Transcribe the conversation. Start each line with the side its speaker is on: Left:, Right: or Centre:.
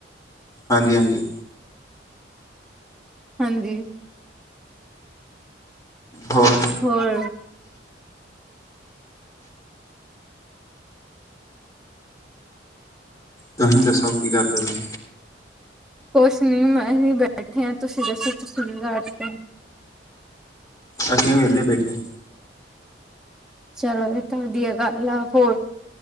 Left: ਹਾਂਜੀ ਹਾਂਜੀ।
Centre: ਹਾਂਜੀ।
Left: ਹੋਰ
Centre: ਹੋਰ।
Left: ਤੁਹੀਂ ਦੱਸੋ, ਕੀ ਕਰਦੇ ਤੁਹੀਂ?
Centre: ਕੁਛ ਨੀ ਮੈਂ-ਅਹੀਂ ਬੈਠੇ ਆਂ, ਤੁਸੀਂ ਦੱਸੋ ਤੁਸੀਂ ਕੀ ਕਰਦੇ?
Left: ਅਸੀਂ ਵੀ ਵੇਲੇ ਬੈਠੇ।
Centre: ਚਲੋ, ਇਹ ਤਾਂ ਵਧੀਆ ਗੱਲ ਆ, ਹੋਰ।